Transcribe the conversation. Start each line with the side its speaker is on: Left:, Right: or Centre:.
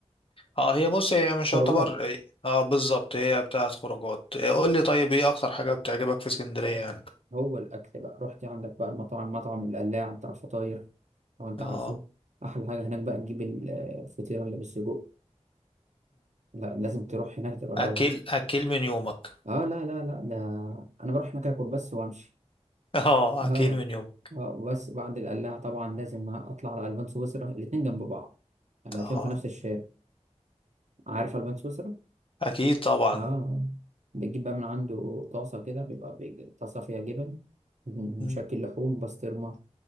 Left: اه هي بص هي مش
Right: خروجات
Left: يعتبر اه بالظبط هي بتاعت خروجات قول لي طيب ايه اكتر حاجة بتعجبك في اسكندرية يعني
Right: هو الأكل بقى رحت عندك بقى المطاعم مطعم القلاع بتاع الفطاير لو أنت
Left: اه
Right: عارفه أحلى حاجة هناك بقى تجيب ال- الفطيرة اللي بالسجق لا لازم تروح هناك تجربها
Left: اكل اكل من يومك
Right: آه لا لا لا ده أنا بروح هناك آكل بس وأمشي
Left: <laughs> اه
Right: اه
Left: اكل من يومك
Right: اه بس بعد القلاع طبعا لازم اطلع على البان سويسرا الاتنين جنب بعض يعني
Left: اه
Right: هتلاقيهم في نفس الشارع عارف البان سويسرا
Left: اكيد طبعا
Right: اه بتجيب بقى من عنده طاسة كده بيبقى بيج- طاسة فيها جبن
Left: مم.
Right: مشكل لحوم بسطرمة